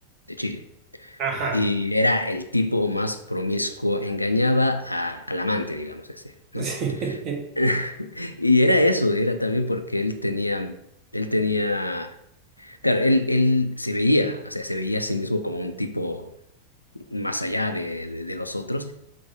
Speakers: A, on the left (about 85°); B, on the right (about 35°).
A: de Chile,
B: Ajá.
A: y era el tipo más promiscuo, engañaba a- al amante, digamos, ese, ¿no?
B: <laughs> Sí.
A: <laughs> Y era eso, era también porque él tenía, él tenía Claro, él, él se veía, o sea, se veía a sí mismo como un tipo más allá de, de, de los otros